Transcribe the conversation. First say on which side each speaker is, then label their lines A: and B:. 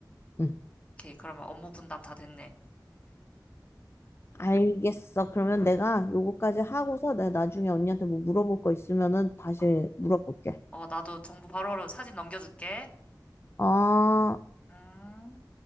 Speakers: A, on the left; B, on the left.
A: 응.
B: 오케이, 그러면 업무 분담 다 됐네.
A: 알겠어. 그러면 내가 요거까지
B: 어,
A: 하고서 내가 나중에 언니한테 뭐 물어볼 거 있으면은 다시
B: 어,
A: 물어볼게.
B: 어, 나도 정보 바로바로 사진 넘겨줄게.
A: 어.
B: 음.